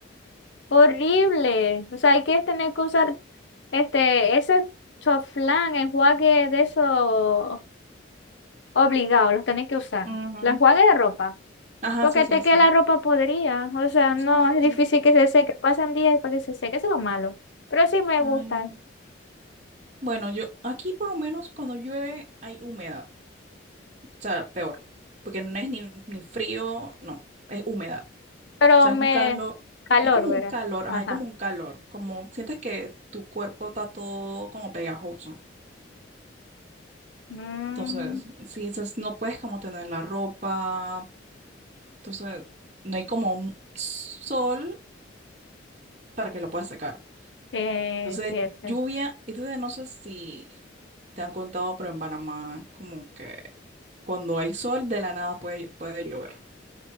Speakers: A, on the left (about 65°); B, on the right (about 35°).
A: Horrible. O sea, hay que tener que usar este, ese choflán, enjuague de eso obligado, los tenés que usar.
B: mm,
A: Los enjuague de ropa.
B: ajá,
A: Porque
B: sí, sí,
A: te
B: sí.
A: queda la ropa podrida. O sea, no,
B: Sí, sí.
A: es difícil que se seque. Pasan días para que se seque, eso es lo malo. Pero sí me gusta.
B: Ay. Bueno, yo aquí por lo menos cuando llueve hay humedad. O sea, peor. Porque no es ni, ni frío, no, es humedad.
A: Pero
B: O sea,
A: me
B: es un calor.
A: calor,
B: Es como un
A: ¿verdad?
B: calor,
A: Ajá.
B: ajá, es como un calor. Como sientes que tu cuerpo está todo como pegajoso.
A: Mm,
B: Entonces, sí, entonces no puedes como tener la ropa, Entonces, no hay como un sol para que lo pueda secar.
A: eh,
B: Entonces,
A: cierto.
B: lluvia. Entonces, no sé si te han contado, pero en Panamá, como que cuando hay sol, de la nada puede, puede llover.